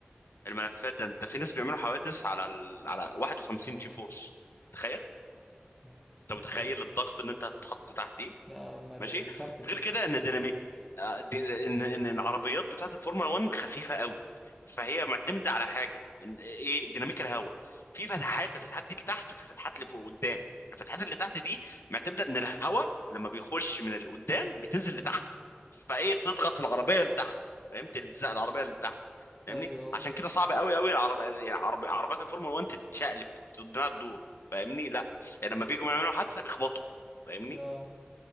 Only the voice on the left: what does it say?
الملفات ده انت في ناس بيعملوا حوادث على ال... على 51 جي فورس تخيل
انت
متخيل
الضغط ان انت هتتحط تحت
ماشي
غير
كده ان دينامي آه، دي- ان ان إن العربيات بتاعت الفورمولا 1 خفيفه قوي فهي معتمده على حاجه إن ايه ديناميك الهواء في فتحات الفتحات دي لتحت وفي فتحات لفوق قدام الفتحات اللي تحت دي معتمده ان الهواء لما بيخش من القدام بتنزل
لتحت فايه تضغط العربيه لتحت فاهم تلزق العربيه لتحت فاهمني
عشان
كده صعب قوي قوي العرب... يعني عرب... عربيات الفورمولا 1 تتشقلب انها تدور فاهمني لا يعني لما بيجوا يعملوا حادثه بيخبطوا فاهمني